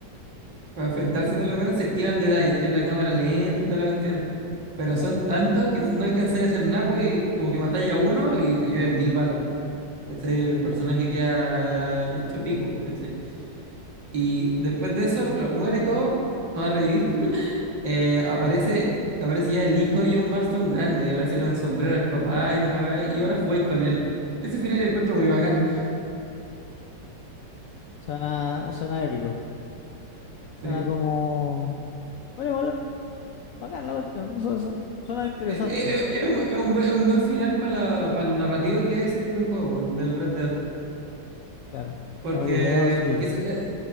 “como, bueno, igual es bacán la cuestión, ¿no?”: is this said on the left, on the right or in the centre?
Left